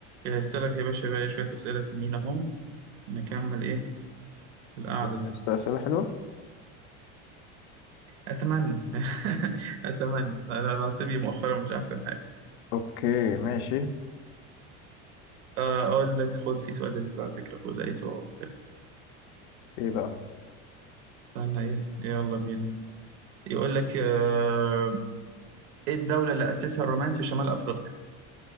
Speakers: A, on the right; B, on the left.
A: جهزت لك يا باشا بقى إيه شوية أسئلة تانيين أهم نكمل إيه القعدة دي
B: بس أسئلة حلوة
A: أتمنى <laughs> أتمنى أنا نصيبي مؤخرا مش أحسن حاجة
B: أوكي ماشي
A: آه، أقول لك خد في سؤال لذيذ على فكرة هو لقيته حلو
B: إيه بقى
A: استنى إيه يلا بينا يقول لك آه، إيه الدولة اللي أسسها الرومان في شمال أفريقيا